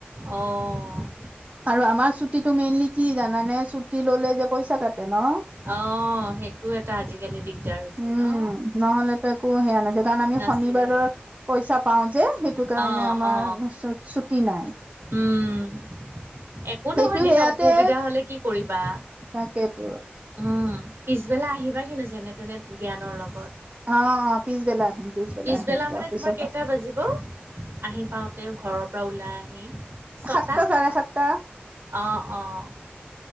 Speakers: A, on the right; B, on the right.
A: অ'।
B: আৰু আমাৰ ছুটীটো মেইনলি কি জানানে ছুটি ললে যে পইচা কাটে ন।
A: অ', সেইটো এটা আজিকালি দিগদাৰ হৈছে
B: উম
A: ন।
B: নহলেতো একো সেয়া নাযায় কাৰণ আমি
A: নাছিলে
B: শনিবাৰৰ পইচা পাও যে সেইটো কাৰণে
A: অ
B: আমাৰ
A: অ
B: তাৰছত ছুটি নাই।
A: উম একো নহয়
B: সেইটো
A: দেউতা
B: সেয়াতে
A: অসুবিধা হলে কি কৰিবা
B: তাকেতো।
A: উম পিছবেলা আহিবা কিন্তু যেনে তেনে জ্ঞানৰ লগত।
B: অ অ পিছবেলা আহিম
A: পিছবেলা
B: আহিম দিয়া
A: মানে
B: অফিচৰ
A: তোমাৰ কেইটা
B: পৰা
A: বাজিব, আহি পাওতে ঘৰৰ পৰা ওলাই আহি। ছটা,
B: সাতটা চাৰে সাতটা
A: অ'-অ'।